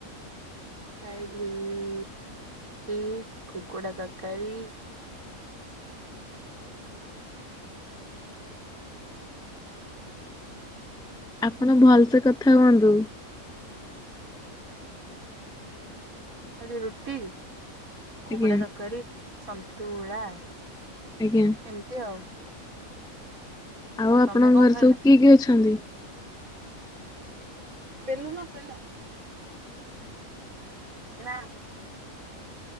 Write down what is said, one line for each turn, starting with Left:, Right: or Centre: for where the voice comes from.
Right: କାଇଲି ରଟି କୁକୁଡ଼ା ତରକାରୀ
Centre: ଆପଣ ଭଲ ସେେ କଥା ହୁହନ୍ତୁ।
Right: ତରକାରୀ ରୁଟି କଙ୍କଡା
Centre: ଆଜ୍ଞା
Right: ତରକାରୀ ସନ୍ତୁଳା।
Centre: ଆଜ୍ଞା।
Right: ଏମିତି ଆଉ।
Centre: ଆଉ ଆପଣଙ୍କ
Right: ତମେ କଣ
Centre: ଘରେ
Right: ଖାଇଲ?
Centre: ସବୁ କିଏ କିଏ ଅଛନ୍ତି?
Right: ପେଲୁ ନା ପେଲ। ନା